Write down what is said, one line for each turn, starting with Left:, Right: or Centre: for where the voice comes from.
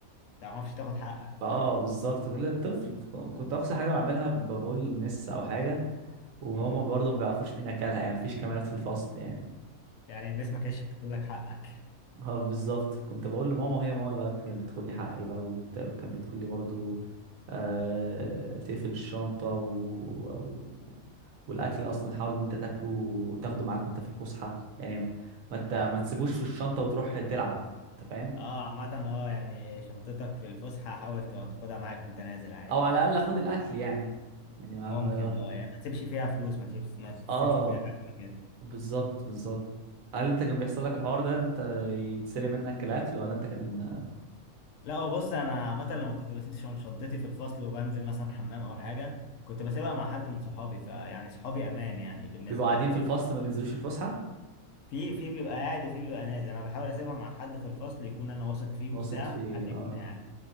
Left: تعرفش تاخد حقك صح
Right: اه بالظبط كده طفل كنت اقصى حاجة بعملها بقول لمس او حاجة وهما
Left: امم
Right: برضه ما بيعرفوش مين اكلها يعني مفيش كاميرات في الفصل يعني
Left: يعني المس ما كانتش بتاخد لك حقك
Right: اه بالظبط كنت بقول لماما وهي ماما اللي بقى كانت بتدخل لي حقي بقى وبت- وكانت بتقول لي برضو آه تقفل الشنطة و... و... والأكل أصلا حاول إن أنت تاكله تاخده معاك وأنت في الفسحة يعني ما ت... ما تسيبوش في الشنطة وتروح تلعب أنت فاهم
Left: اه عامه اه يعني شنطتك في الفسحه حاول تاخدها معاك وانت نازل عادي
Right: أو على الأقل خد الأكل يعني يعني ما...
Left: ممكن
Right: ما... لو-
Left: اه يعني ما تسيبش فيها فلوس ما تسيبش ما تسيبش
Right: اه
Left: فيها اكل كده
Right: بالظبط بالظبط هل أنت كان بيحصل لك الحوار ده إن أنت يتسرق منك الأكل ولا أنت كان
Left: لا بص انا عامه لما كنت بسيب شن- شنطتي في الفصل وبنزل مثلا حمام او حاجه كنت بسيبها مع حد من صحابي فيعني صحابي امان يعني بالنسبه
Right: بيبقوا قاعدين في الفصل ما بينزلوش الفسحة
Left: في في بيبقى قاعد وفي بيبقى نازل انا بحاول اسيبها مع حد في الفصل يكون انا واثق فيه
Right: واثق
Left: وبتاع
Right: في
Left: حد
Right: اه
Left: يكون قاعد